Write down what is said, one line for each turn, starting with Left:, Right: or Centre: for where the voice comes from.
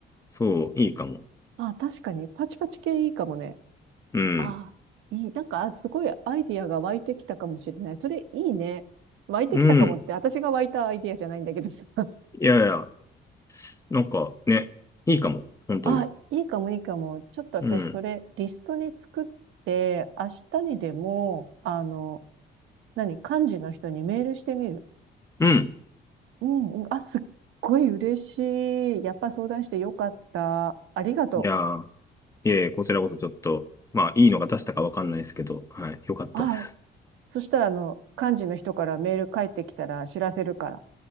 Left: そう、いいかも。
Right: あ、確かに、パチパチ系いいかもね。
Left: うん。
Right: あ、いい。なんか、あすごいアイディアが湧いてきたかもしれない。それいいね。湧いてきたかもって、
Left: うん。
Right: 私が湧いたアイディアじゃないんだけどさ。<laughs>
Left: いやいや、なんかね、いいかも。本当に。
Right: あ、いいかもいいかも。ちょっと私、
Left: うん。
Right: それ、リストに作って、明日にでも、あの、何、幹事の人にメールしてみる。
Left: うん。
Right: うん、うん。あ、すっごい嬉しい。やっぱ相談してよかった。ありがと
Left: いやー、いえいえ、こちらこそちょっと、まあ、いいのが出したかわかんないですけど、はい、よかったっす。
Right: う。あ、そしたら、あの、幹事の人からメール返ってきたら知らせるから。